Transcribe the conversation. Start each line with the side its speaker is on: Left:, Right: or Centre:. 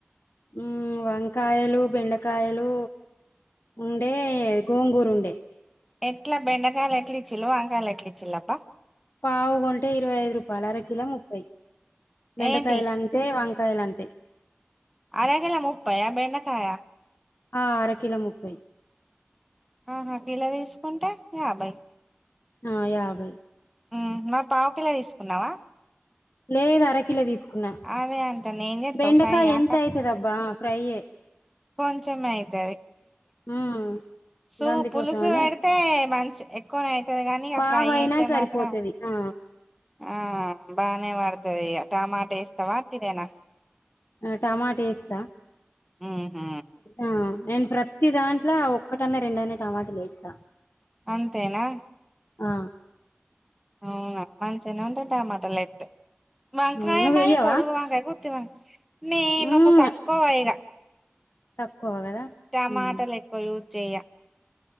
Left: ఊ వంకాయలు బెండకాయలు ఉండే గోంగూరుండే
Centre: ఎట్ల బెండకాయల్ ఎట్లిచ్చిల్లు వంకాయ్ లెట్లిచ్చిల్లబ్బా
Left: పావు గొంటే ఇరవై ఐదు రూపాల్ అర కిలో ముప్పై బెండకాయలం
Centre: ఏంటి
Left: తె వంకాయలంతే
Centre: అర కిలో ముప్పయ బెండకాయ
Left: ఆ అర కిలో ముప్పై
Centre: ఆహా పిల దీస్కుంటే యాబయ్
Left: ఆ యాబై
Centre: ఊహు మరి పావ్ పిలో దీస్కున్నావ
Left: లేదు అరకిలో దీస్కున్న
Centre: అదే అంటన్న ఏం చేత్తవ్
Left: బెండకాయ్
Centre: ఫ్రైయా
Left: ఎంతైతదబ్బా ఫ్రైయ్యే
Centre: కొంచమైతది
Left: ఉమ్
Centre: సూ
Left: గందుకోసం
Centre: పులుసు
Left: అనే
Centre: వెడితే మంచి ఎక్కువనే అయితది గాని ఇగ
Left: పావయినా
Centre: ఫ్రై అయితే
Left: సరిపోతది
Centre: మాత్రం
Left: ఆ
Centre: ఆ బానే వడతదియ్యా టమాట ఏస్తవ తిదేన
Left: ఆ టమాట ఏస్త
Centre: మూహూ
Left: ఆ నేన్ ప్రత్తి దాంట్లో ఒక్కటన్నా రెండన్న టమాటలేస్తా
Centre: అంతేనా
Left: ఆ
Centre: అవునా మంచిగనే ఉంటాద్ టమాట లేత్తె వంక్రాయ
Left: హ్మ్. నువ్వు
Centre: మరి
Left: వెయ్యవా
Centre: పొడుగు వంకాయ గుత్తి వన్ నేను
Left: మ్మ్
Centre: తక్కువ ఇగ
Left: తక్కువ కదా
Centre: టమాటలెక్కువ
Left: మ్మ్
Centre: యూ చెయ్య